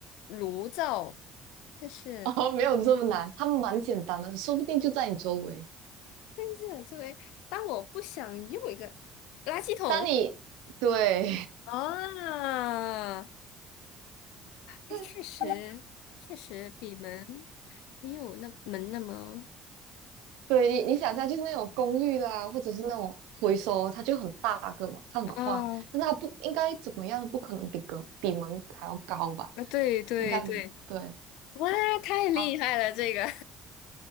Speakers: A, on the left; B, on the right.
A: 炉灶，但是
B: <laughs> 哦，没有这么难，它们蛮简单的，说不定就在你周围。
A: 但是作为当我不想用一个垃圾桶，
B: 当你对，
A: 啊，哎，
B: <laughs>
A: 确实，确实比门没有那门那么
B: 对你，你想一下，就是那种公寓的啊，或者是那种回收，它就很大个嘛，它很宽，
A: 啊
B: 但是它不应该怎么样，不可能比隔比门还要高吧？
A: 啊，对对对，
B: 应该没有。对，
A: 哇，太厉害了，
B: 好，
A: 这个